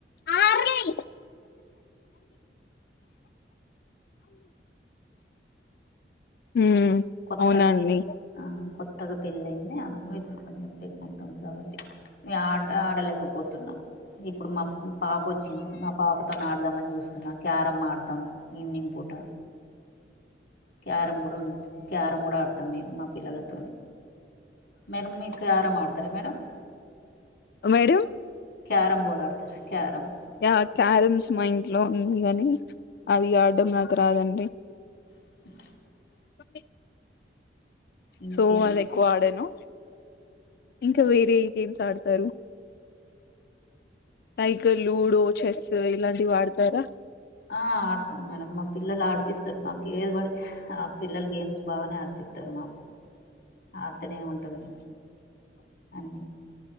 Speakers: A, on the left; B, on the left.
A: ఆరెంయ్ హ్మ్
B: కొత్తగా
A: అవునండి.
B: పెళ్ ఆ కొత్తగా పెళ్ళి అయింది ఆమె ఇప్పుడు కొంచెం ప్రెగ్నెంట్ కాబట్టి. మ ఆడ ఆడలేకపోతున్నాం ఇప్పుడు మా పాప వచ్చింది మా పాపతో ఆడ ద్దామని చూస్తున్నా క్యారంమ్ ఆడతాం ఈవినింగ్ పూట క్యారంమ్ కూడా ఉండు క్యారంమ్ కూడా ఆడతాం మేము మా పిల్లలతోనే మేడంమ్ మీ క్యారంమ్ ఆడతారా madam.
A: Madam
B: carrom board carrom.
A: Yeah carroms మా ఇంట్లో ఉంది కాని అవీ ఆడడం నాకు రాదండి.
B: టాక్ టాక్.
A: అడి
B: ఇంకేంది
A: సో అది ఎక్కువ ఆడాను. ఇంకా వేరే గేమ్స్ ఆడుతారు. లక్లూడో చెస్ ఇలాంటివి వాడతారా
B: ఆడతాను మేడంమ్ మా పిల్లలు ఆడిపిస్తారు మాకు ఏది పడితే ఆ పిల్లలు గేమ్స్ బాగానే ఆడిపిస్తారు మాకు ఆడుతూనే ఉంటాం అన్న